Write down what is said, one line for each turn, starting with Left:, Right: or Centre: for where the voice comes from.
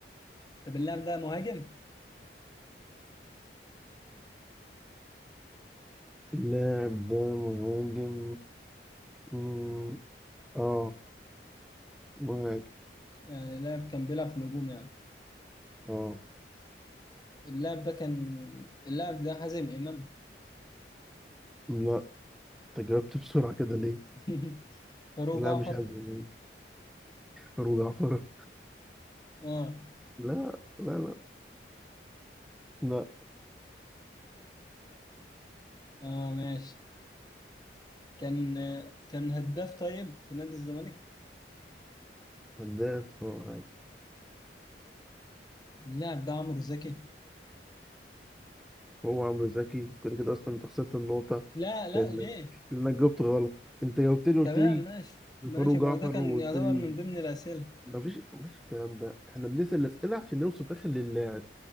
Left: طب اللاعب ده مهاجم
Centre: اللاعب ده مهاجم مم، اه مهاجم
Left: يعني اللاعب كان بيلعب في الهجوم يعني
Centre: اه
Left: اللاعب ده كان اللاعب ده حازم امام
Centre: لا انت جاوبت بسرعة كده ليه؟
Left: <laughs> فاروق
Centre: لا
Left: جعفر
Centre: مش هزل فاروق جعفر
Left: اه
Centre: لا لا لا لا
Left: اه ماشي كان آه، كان هداف طيب في نادي الزمالك
Centre: هداف هو عادي
Left: اللاعب ده عمرو زكي
Centre: هو عمرو زكي كده كده اصلا انت خسرت النقطة
Left: لا لا
Centre: لانك
Left: ليه
Centre: لانك جاوبت غلط انت جاوبت لي قلت
Left: تمام
Centre: لي
Left: ماشي ماشي
Centre: زفار وجعفر
Left: ما هو ده كان
Centre: وقلت
Left: يعتبر
Centre: لي
Left: من ضمن الأسئلة
Centre: مفيش مفيش الكلام ده احنا بنسال الاسئله عشان نوصل في الاخر للاعب